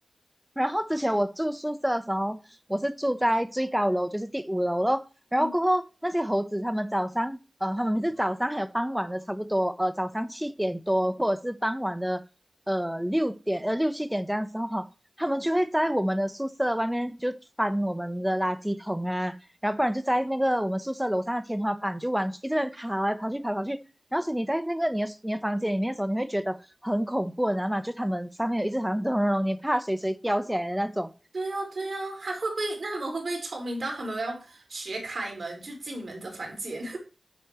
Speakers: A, in the centre; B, on the right (about 70°).
A: 然后之前我住宿舍的时候，我是住在最高楼，就是第五楼咯。然后过后那些猴子，
B: 嗯，
A: 他们早上，呃，他们每次早上还有傍晚的，差不多，呃，早上七点多或者是傍晚的，呃，六点，呃，六七点这样的时候哈，他们就会在我们的宿舍外面就翻我们的垃圾桶啊，然后不然就在那个我们宿舍楼上的天花板就玩，一直在跑来跑去，跑来跑去，然后所以你在那个你的你的房间里面的时候，你会觉得很恐怖，你知道吗？就他们上面有一只好像咚咚咚，你怕谁谁掉下来的那种。
B: 对哦，对哦，它会不会？那他们会不会聪明到他们要学开门就进你们的房间？